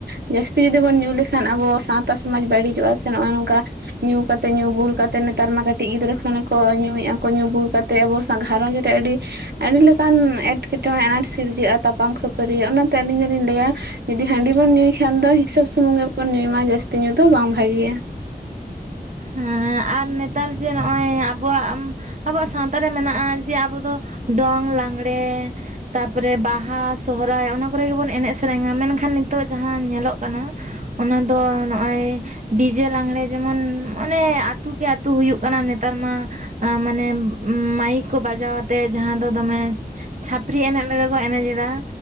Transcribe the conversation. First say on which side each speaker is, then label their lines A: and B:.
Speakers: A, on the right; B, on the right.
A: ᱡᱟᱹᱥᱛᱤ ᱡᱩᱫᱤ ᱵᱚᱱ ᱧᱩ ᱞᱮᱠᱷᱟᱱ ᱟᱵᱚ ᱥᱟᱶᱛᱟ ᱥᱚᱢᱟᱡᱽ ᱵᱟᱹᱲᱤᱡᱚᱜᱼᱟ ᱥᱮ ᱱᱚᱜᱼᱚᱭ ᱱᱚᱝᱠᱟ ᱧᱩ ᱠᱟᱛᱮ ᱧᱩ ᱵᱩᱞ ᱠᱟᱛᱮ ᱱᱮᱛᱟᱨ ᱢᱟ ᱠᱟᱹᱴᱤᱡ ᱜᱤᱫᱽᱨᱟᱹ ᱠᱷᱚᱱᱮ ᱠᱚ ᱧᱩᱭᱮᱫᱼᱟ ᱠᱚ ᱧᱩ ᱵᱩᱞ ᱠᱟᱛ ᱛᱮ ᱟᱵᱚ ᱥᱟᱝ ᱜᱷᱟᱨᱚᱸᱡᱽ ᱨᱮ ᱟᱹᱰᱤ ᱟᱹᱰᱤ ᱞᱮᱠᱟᱱ ᱮᱴᱠᱮᱴᱚᱬᱮᱸ ᱟᱱᱟᱴ ᱥᱤᱨᱡᱟᱹᱜᱼᱟ ᱛᱟᱯᱟᱢ ᱠᱷᱟᱹᱯ ᱯᱟᱹᱨᱤ ᱦᱩᱭᱩᱜ-ᱟ᱾ ᱚᱱᱟᱛᱮ ᱟᱹᱞᱤᱧ ᱫᱚᱞᱤᱧ ᱞᱟᱹᱭᱟ ᱡᱩᱫᱤ ᱦᱟᱺᱰᱤ ᱵᱚᱱ ᱧᱩᱭ ᱠᱷᱟᱱ ᱫᱚ ᱦᱤᱥᱟᱹᱵ ᱥᱩᱢᱩᱝ ᱜᱮᱵᱚ ᱵᱚᱱ ᱧᱩᱭ ᱢᱟ ᱡᱟᱹᱥᱛᱤ ᱧᱩ ᱫᱚ ᱵᱟᱝ ᱵᱷᱟᱜᱮᱭᱟ᱾
B: ᱦᱮᱸ ᱟᱨ ᱱᱮᱛᱟᱨ ᱡᱮ ᱱᱚᱜᱼᱚᱭ ᱟᱵᱚᱣᱟᱜ ᱟᱵᱚᱣᱟᱜ ᱥᱟᱶᱛᱟ ᱨᱮ ᱢᱮᱱᱟᱜᱼᱟ ᱡᱮ ᱟᱵᱚ ᱫᱚ ᱫᱚᱝ, ᱞᱟᱜᱽᱬᱮ᱾ ᱛᱟᱯᱚᱨᱮ ᱵᱟᱦᱟ, ᱥᱚᱦᱚᱨᱟᱭ ᱚᱱᱟ ᱠᱚᱨᱮ ᱜᱮᱵᱚᱱ ᱮᱱᱮᱡ ᱥᱮᱨᱮᱧᱟ᱾ ᱢᱮᱱᱠᱷᱟᱱ ᱱᱤᱛᱚᱜ ᱡᱟᱦᱟᱸ ᱧᱮᱞᱚᱜ ᱠᱟᱱᱟ᱾ ᱚᱱᱟ ᱫᱚ ᱱᱚᱜᱼᱚᱭ ᱰᱤᱡᱮ ᱞᱟᱝᱬᱮ ᱡᱮᱢᱚᱱ ᱚᱱᱮ ᱟᱹᱛᱩ ᱠᱮ ᱟᱹᱛᱩ ᱦᱩᱭᱩᱜ ᱠᱟᱱᱟ ᱱᱮᱛᱟᱨ ᱢᱟ᱾ ᱟ ᱢᱟᱱᱮ ᱢᱟᱭᱤᱠ ᱠᱚ ᱵᱟᱡᱟᱣ ᱟᱛᱮ ᱡᱟᱦᱟᱸ ᱫᱚ ᱫᱚᱢᱮ ᱪᱷᱟᱹᱯᱨᱤ ᱮᱱᱮᱡ ᱞᱮᱠᱟ ᱠᱚ ᱮᱱᱮᱡ ᱮᱫᱟ